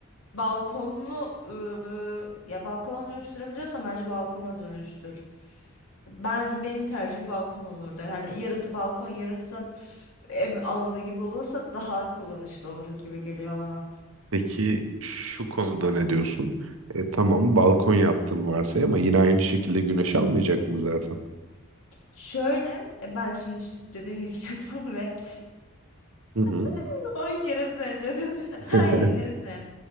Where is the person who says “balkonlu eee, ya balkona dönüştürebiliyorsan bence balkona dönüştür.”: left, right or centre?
Left